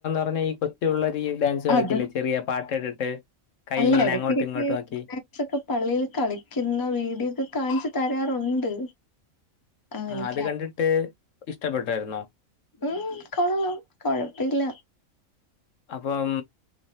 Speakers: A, on the left; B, on the left.
A: <unintelligible> കളിക്കില്ലേ
B: അത
A: ചെറിയ പാട്ടിട്ടിട്ട് കൈ
B: അല്ല
A: ഇങ്ങനെ
B: എടക്കെടക്ക്
A: അങ്ങോട്ടും ഇങ്ങോട്ടും ആക്കി.
B: ഡാൻസൊക്കെ പള്ളിൽ കളിക്കുന്ന വീഡിയോക്കെ കാണിച്ച തരാറുണ്ട് ആഹ്
A: ആ
B: എനിക്ക്
A: അത് കണ്ടിട്ട് ഇഷ് ഇഷ്ടപ്പെട്ടായിരുന്നോ
B: ഉം കൊള്ളാം കൊഴപ്പില്ല
A: അപ്പം